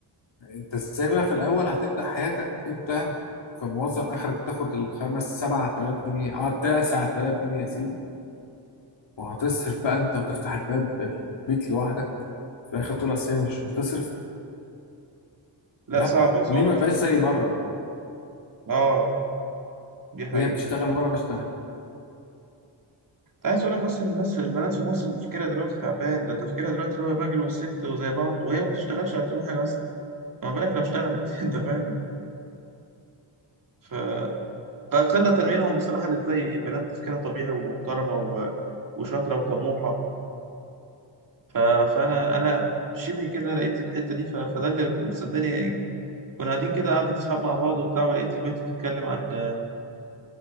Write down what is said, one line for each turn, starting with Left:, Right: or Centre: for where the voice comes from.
Left: انت ازاي بقى في الاول هتبدا حياتك انت كموظف اخرك تاخد الخمس سبعة آلاف جنيه اه تسعة آلاف جنيه يا سيدي وهتصرف بقى انت وتفتح الباب البيت لوحدك في الاخر تقول اصل هي مش بتصرف
Right: لا
Left: لا
Right: صعبة صعبة
Left: ليه ما
Right: بصراحة.
Left: يبقاش زي بره
Right: اه دي حقيقة
Left: هي بتشتغل وانا بشتغل
Right: انت عايز اقول لك اصلا الناس البنات في مصر تفكيرها دلوقتي تعبان ده تفكيرها دلوقتي اللي هو الراجل والست وزي بعض وهي ما بتشتغلش ولا بتعمل حاجة اصلا ما بالك لو اشتغلت <laughs> انت فاهم ف قلة منهم بصراحة اللي تلاقي بنات تفكيرها طبيعي ومحترمة و... وشاطرة وطموحة ف... فانا انا شبه كده لقيت الحته دي ف... فده اللي صدقني كنا قاعدين كده قعدة اصحاب مع بعض وبتاع ولقيت البنت بتتكلم عن آه،